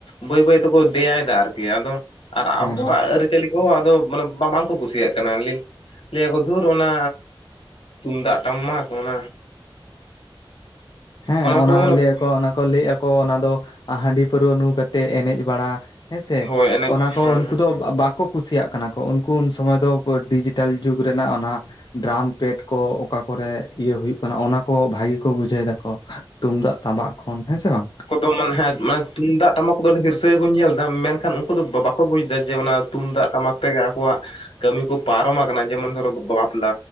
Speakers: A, on the left; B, on the left.
A: ᱵᱟᱹᱭ ᱵᱟᱹᱭ ᱛᱮᱠᱚ ᱫᱮᱭᱟᱭᱮᱫᱟ ᱟᱨᱠᱤ ᱟᱫᱚ ᱟᱨ
B: ᱦᱮᱸ
A: ᱟᱵᱚᱣᱟᱜ
B: ᱦᱮᱸ
A: ᱟᱹᱨᱤᱪᱟᱹᱞᱤ ᱠᱚᱦᱚᱸ ᱟᱫᱚ ᱢᱟᱱᱮ ᱵᱟᱝᱠᱚ ᱠᱩᱥᱤᱭᱟᱜ ᱠᱟᱱᱟ ᱞᱟᱹᱭᱟ ᱠᱚ ᱫᱷᱩᱨ ᱚᱱᱟ ᱛᱩᱢᱫᱟᱜ ᱴᱟᱢᱟᱠ ᱚᱱᱟ
B: ᱦᱮᱸ ᱚᱱᱟ
A: ᱠᱚ ᱢᱟᱱᱮ
B: ᱞᱟᱹᱭ ᱚᱱᱟ ᱠᱚ ᱞᱟᱹᱭᱮ ᱟᱠᱚ ᱚᱱᱟ ᱫᱚ ᱦᱟᱹᱰᱤ ᱯᱟᱹᱨᱣᱟᱹ ᱱᱩ ᱠᱟᱛᱮᱫ ᱮᱱᱮᱡ ᱵᱟᱲᱟ ᱦᱮᱸ ᱥᱮ
A: ᱦᱳᱭ ᱮᱱᱮᱡ
B: ᱚᱱᱟ ᱠᱚ
A: ᱦᱮᱸ
B: ᱩᱱᱠᱩ ᱫᱚ ᱵᱟᱠᱚ ᱠᱩᱥᱤᱭᱟᱜ ᱠᱟᱱᱟ ᱠᱚ ᱩᱱᱠᱩ ᱩᱱ ᱥᱚᱢᱚᱭ ᱫᱚ ᱰᱤᱡᱤᱴᱟᱞ ᱡᱩᱜ ᱨᱮᱱᱟᱜ ᱚᱱᱟ ᱰᱮᱨᱟᱢ ᱯᱮᱴ ᱠᱚ ᱚᱠᱟ ᱠᱚᱨᱮ ᱤᱭᱟᱹ ᱦᱩᱭᱩᱜ ᱠᱟᱱᱟ ᱚᱱᱟ ᱠᱚ ᱵᱷᱟᱹᱜᱤ ᱠᱚ ᱵᱩᱡᱷᱟᱹᱣ ᱫᱟᱠᱚ᱾ ᱛᱩᱢᱫᱟᱜ ᱛᱟᱵᱟᱜ ᱠᱷᱚᱱ ᱦᱮᱸ ᱥᱮ ᱵᱟᱝ?
A: <unintelligible> ᱛᱩᱢᱫᱟᱜ ᱴᱟᱢᱟᱠ ᱠᱚᱫᱚ ᱟᱹᱰᱤ ᱦᱤᱨᱥᱟᱹ ᱜᱮ ᱠᱚ ᱧᱮᱞ ᱫᱟ ᱢᱮᱱᱠᱷᱟᱱ ᱩᱱᱠᱩ ᱫᱚ ᱵᱟᱠᱚ ᱵᱩᱡ ᱫᱟ ᱡᱮ ᱚᱱᱟ ᱛᱩᱢᱫᱟᱜ ᱴᱟᱢᱟᱠ ᱛᱮᱜᱮ ᱟᱠᱚᱣᱟᱜ ᱠᱟᱹᱢᱤ ᱠᱚ ᱯᱟᱨᱚᱢ ᱠᱟᱱᱟ ᱡᱮᱢᱚᱱ ᱫᱷᱚᱨᱚ ᱵᱟᱯᱞᱟ᱾